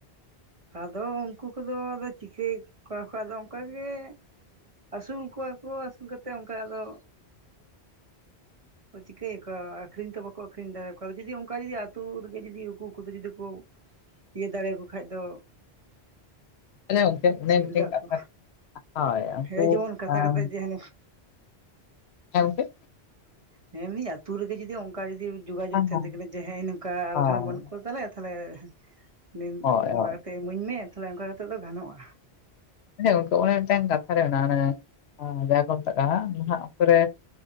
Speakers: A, on the right (about 35°); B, on the left (about 75°).
A: ᱟᱫᱚ ᱩᱱᱠᱩ ᱠᱚᱫᱚ ᱟᱫᱚ ᱪᱤᱠᱟᱹᱭᱮᱜ ᱠᱚᱣᱟ ᱠᱚ ᱟᱫᱚ ᱚᱝᱠᱟ ᱜᱮ ᱟᱹᱥᱩᱞ ᱠᱚᱣᱟ ᱠᱚ ᱟᱹᱥᱩᱞ ᱠᱟᱛᱮᱜ ᱚᱱᱠᱟ ᱟᱫᱚ ᱠᱚ ᱪᱤᱠᱟᱹᱭᱟᱠᱚ ᱟᱠᱷᱨᱤᱧ ᱛᱚ ᱵᱟᱠᱚ ᱟᱹᱠᱷᱨᱤᱧ ᱫᱟᱲᱮᱭᱟᱠᱚᱣᱟ, ᱟᱫᱚ ᱡᱩᱫᱤ ᱚᱝᱠᱟ ᱡᱩᱫᱤ ᱟᱛᱩ ᱨᱮᱜᱮ ᱡᱩᱫᱤ ᱩᱠᱩ ᱩᱠᱩ ᱛᱮ ᱡᱩᱫᱤ ᱠᱚ ᱤᱭᱟᱹ ᱫᱟᱲᱮ ᱟᱠᱚ ᱠᱷᱟᱡ ᱫᱚ
B: ᱟᱪᱪᱷᱟ ᱜᱚᱝᱠᱮ ᱚᱱᱮ
A: ᱥᱩᱵᱤᱫᱟᱜ
B: ᱢᱤᱫᱴᱮᱱ ᱠᱟᱛᱷᱟ
A: ᱟᱠᱚ,
B: ᱦᱳᱭ ᱩᱱᱠᱩ
A: ᱦᱮᱸ ᱡᱮᱢᱚᱱ ᱠᱟᱛᱷᱟ
B: ᱟᱸ
A: ᱠᱟᱛᱷᱟ ᱡᱮ ᱦᱟᱹᱱᱤ
B: ᱦᱮᱸ ᱜᱚᱝᱠᱮ!
A: ᱦᱮᱸ ᱮᱢᱱᱤ ᱟᱹᱛᱩ ᱨᱮᱜᱮ ᱡᱩᱫᱤ ᱚᱝᱠᱟ ᱡᱩᱫᱤ ᱡᱳᱜᱟ
B: ᱦᱮᱸ
A: ᱡᱳᱜ ᱛᱟᱦᱮᱱ
B: ᱦᱮᱸ
A: ᱛᱟᱠᱤᱱᱟ ᱡᱮ ᱦᱮᱸ ᱤᱧ ᱱᱚᱝᱠᱟ ᱟᱞᱮ
B: ᱦᱳᱭ
A: ᱨᱮᱱ ᱵᱟᱹᱱᱩᱜ ᱠᱚᱣᱟ ᱛᱟᱦᱚᱞᱮ ᱛᱟᱦᱚᱞᱮ, <inaudible>
B: ᱦᱳᱭ
A: ᱚᱝᱠᱟ ᱠᱟᱛᱮ ᱤᱢᱟᱹᱧ ᱢ, ᱮ ᱛᱟᱦᱚᱞᱮ ᱚᱝᱠᱟ ᱠᱟᱛᱮᱜ ᱫᱚ ᱜᱟᱱᱚᱜᱼᱟ᱾
B: ᱵᱩᱡᱷᱟᱹᱣ ᱜᱚᱝᱠᱮ ᱚᱱᱮ ᱢᱤᱫᱴᱟᱹᱝ ᱠᱟᱛᱷᱟ ᱨᱮ ᱢᱮᱱᱟᱜ-ᱟ ᱚᱱᱮ ᱟᱸ ᱡᱟᱦᱟᱸ ᱠᱚ ᱢᱮᱛᱟᱜ ᱠᱟᱱᱟ, ᱱᱟᱦᱟᱜ ᱚᱠᱛᱚ ᱨᱮ